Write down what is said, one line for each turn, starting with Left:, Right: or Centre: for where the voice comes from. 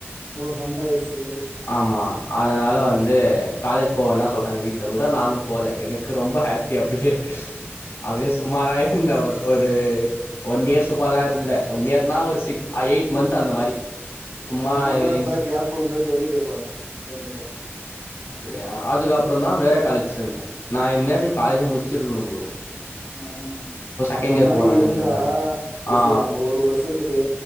Right: ஓ சண்ட ஆயிர்ச்சு
Left: ஆமா அதனால வந்து காலேஜ் போவேன்னா சொல்ட்டாங்க வீட்ல கூட நானு போல எனக்கு ரொம்ப ஹாப்பி அப்டியே அப்டியே சும்மாதா இருந்த ஒரு ஒரு ஒன் இயர் சும்மாதா இருந்த ஒன் இயர்னா ஒரு சிக்ஸ் எயிட் மன்த் அந்த மாரி சும்மா
Right: அந்த மாரிலா இருந்தா
Left: இன்ஸ்
Right: கேப்ல இருந்தா கேள்வி கேப்பானுங்க கம்பெனில
Left: அப்படியா அதுக்கப்புற தா வேற காலேஜ் சேந்த நா இந்நேரத்துக்கு காலேஜ்ஜே முச்சிருக்கணு ப்ரோ
Right: ம்
Left: இப்போ செகண்ட்
Right: அந்த
Left: இயர்
Right: மாரி
Left: போறேன்
Right: இருந்தா
Left: இந்த காலேஜ்
Right: கொசி
Left: ஆ
Right: அந்த ஒரு வருஷத் துக்கு